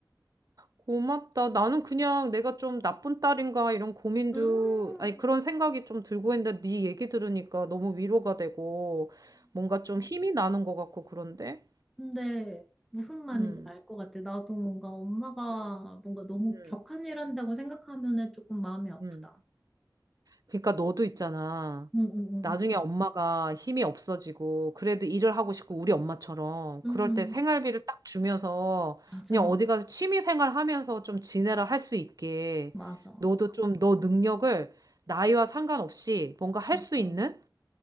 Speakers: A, on the right; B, in the centre.
A: 고맙다. 나는 그냥 내가 좀 나쁜 딸인가 이런 고민도,
B: 음.
A: 아니 그런 생각이 좀 들고 했는데 네 얘기 들으니까 너무 위로가 되고 뭔가 좀 힘이 나는 것 같고 그런데?
B: 근데 무슨 말인지
A: 음,
B: 알 것 같아. 나도 뭔가 엄마가
A: 음,
B: 뭔가 너무
A: 음.
B: 격한 일 한다고 생각하면은 조금 마음이 아프다.
A: 음. 그러니까 너도 있잖아.
B: 응응응.
A: 나중에 엄마가 힘이 없어지고 그래도 일을 하고 싶고 우리 엄마처럼 그럴
B: 응응응.
A: 때 생활비를 딱 주면서
B: 맞아.
A: 그냥 어디 가서 취미 생활 하면서 좀 지내라 할 수 있게
B: 맞아.
A: 너도 좀 너 능력을 나이와 상관없이 뭔가 할
B: 맞아.
A: 수 있는